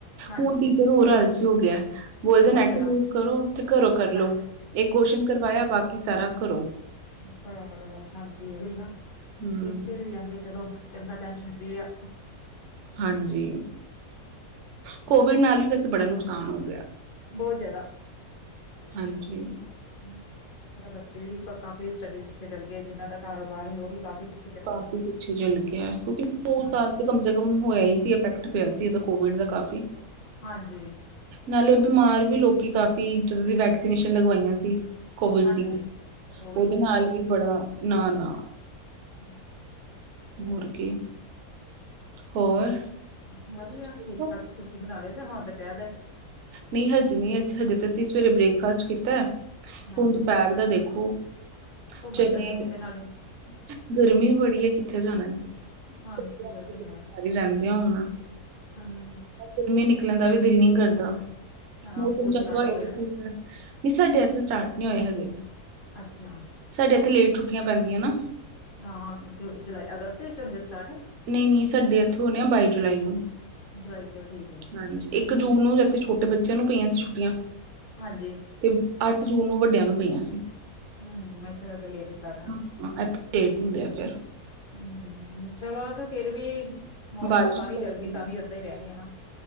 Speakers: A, on the left; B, on the right.
A: ਹਾਂਜੀ
B: ਹੁਣ ਟੀਚਰ ਹੋਰ ਆਲਸੀ ਹੋ ਗਿਆ ਏ। ਬੋਲਦੇ
A: ਬਹੁਤ
B: ਨੈੱਟ
A: ਜ਼ਿਆਦਾ
B: ਯੂਜ਼ ਕਰੋ, ਤੇ ਘਰੋਂ ਕਰਲੋ।
A: ਹਾਂਜੀ
B: ਇਕ ਕੋਸ਼ਚਨ ਕਰਵਾਇਆ, ਬਾਕੀ ਸਾਰਾ ਘਰੋਂ।
A: ਬਰਾਬਰ ਏ ਬਸ ਹਾਂਜੀ ਓਹੀ ਨਾ,
B: ਹਮ
A: ਟੀਚਰ ਵੀ ਆਉਂਦੇ ਚਲੋ ਚੰਗਾ ਟਾਈਮ ਜਿਵੇਂ ਫ੍ਰੀ ਆ।
B: ਹਾਂਜੀ, ਕੋਵਿਡ ਨਾਲ ਵੀ ਵੈਸੇ ਬੜਾ ਨੁਕਸਾਨ ਹੋ ਗਿਆ।
A: ਬਹੁਤ ਜਿਆਦਾ
B: ਹਾਂਜੀ
A: ਹਮ, ਬਹੁਤ ਜਿਆਦਾ ਬੱਚੇ ਵੀ ਤਾ ਕਾਫੀ ਸਟਡੀ ਚ ਪਿੱਛੇ ਚੱਲ ਗਏ। ਜਿਹਨਾਂ ਦਾ ਕਾਰੋਬਾਰ ਹੈ, ਉਹ ਵੀ ਕਾਫੀ ਪਿੱਛ
B: ਕਾਫੀ ਪਿੱਛੇ ਚਲ ਗਿਆ ਏ। ਕਿਉਂਕਿ ਦੋ
A: ਹਾਂ
B: ਸਾਲ ਤਾਂ ਕਮ ਸੇ ਕਮ ਹੋਇਆ ਹੀ ਸੀ। ਇਫੈਕਟ ਪਿਆ ਸੀ, ਇਹਦਾ ਕੋਵਿਡ ਦਾ ਕਾਫੀ।
A: ਹਾਂਜੀ
B: ਨਾਲੇ ਬਿਮਾਰ ਵੀ ਲੋਕੀ ਕਾਫ਼ੀ, ਜਦੋਂ ਦੀ ਵੈਕਸੀਨੇਸ਼ਨ ਲਗਵਾਈਆਂ ਸੀ। ਕੋਵਿਡ
A: ਹਾਂਜੀ
B: ਦੀ,
A: ਉਹ ਵੀ
B: ਉਹਦੇ ਨਾਲ ਵੀ ਬੜਾ ਨਾ-ਨਾ
A: ਹੂੰ
B: ਹੋਰ ਕੀ। ਹੋਰ
A: ਵਧੀਆ
B: ਤੁਸੀਂ ਦੇਖੋ,
A: ਠੀਕ ਠਾਕ ਤੁਸੀਂ ਬਨਾ ਲਿਆ ਦੋਹਾਂ ਦਾ <unintelligible>
B: ਨਹੀਂ ਹਜੇ ਨੀ ਅਸ ਹਜੇ ਤੇ ਅਸੀ ਸਵੇਰੇ ਬ੍ਰੇਕਫਾਸਟ ਕੀਤਾ।
A: ਹਾਂਜੀ
B: ਹੁਨ ਦੁਪਹਿਰ ਦਾ ਦੇਖੋ। <unintelligible>
A: ਘੁੰਮਣ ਚੱਲ ਜਾਓ ਕਿਤੇ ਨਾਲੇ
B: ਗਰਮੀ ਬੜੀ ਹੈ, ਕਿੱਥੇ ਜਾਨਾ। <inaudible>
A: ਹਾਂਜੀ
B: ਘਰ
A: ਉਹ ਤੇ ਹੈ
B: ਹੀ ਰਹਿੰਦੇ ਹੁਣ।
A: ਹਮ
B: ਗਰਮੀਆਂ ਨਿਕਲਨ ਦਾ ਵੀ ਦਿਲ ਨੀ ਕਰਦਾ,
A: ਹਾਂ
B: ਮੌਸਮ
A: ਸਕੂਲ ਸਟਾਰਟ
B: ਚੰਗਾ ਹੋਇਆ
A: ਹੋ ਗਏ
B: ਤੇ ਠੀਕ
A: ਨਾ
B: ਹੈ। ਨੀ ਸਾਡੇ ਇੱਥੇ ਸਟਾਰਟ ਨਹੀਂ ਹੋਏ ਹਜੇ।
A: ਅੱਛਾ
B: ਸਾਡੇ ਇੱਥੇ ਲੇਟ ਛੁੱਟੀਆਂ ਪੈਂਦੀਆਂ ਨਾ।
A: ਨਾ ਤੇ ਜੁਲਾਈ, ਅਗਸਤ ਵਿੱਚ ਹੋਨਗੇ ਸਟਾਰਟ?
B: ਨਹੀਂ-ਨਹੀਂ ਸਾਡੇ ਇੱਥੇ ਹੋਣੇ ਆ ਬਾਈ ਜੁਲਾਈ ਨੂੰ
A: ਜੁਲਾਈ ਚ ਠੀਕ ਹੈ।
B: ਹਾਂਜੀ, ਇੱਕ ਜੂਨ ਨੂੰ ਵੀ ਇੱਥੇ ਛੋਟੇ ਬੱਚਿਆਂ ਨੂੰ ਪਈਆਂ ਸੀ ਛੁੱਟੀਆ
A: ਹਾਂਜੀ
B: ਤੇ ਅੱਠ ਜੂਨ ਨੂੰ ਵੱਡਿਆਂ ਨੂੰ ਪਈਆਂ ਸੀ।
A: ਹੂੰ-ਹੂੰ <unintelligible> ਲੇਟ ਸਟਾਰਟ ਆ।
B: ਹਾਂ, ਇੱਥੇ ਲੇਟ ਹੁੰਦੇ ਆ ਫਿਰ
A: ਹਮ-ਹਮ ਚਲੋ ਆ ਫੇਰ ਵੀ ਮੌਸਮ
B: ਬਾਰਿਸ਼ਾਂ
A: ਤਾ ਵੀ
B: ਲੱਗ
A: ਗਰਮੀ
B: ਜਾਂਦੀਆਂ
A: ਤਾਂ ਵੀ ਏਦਾ ਹੀ ਰਹਿਣੀ ਹੈ ਨਾ।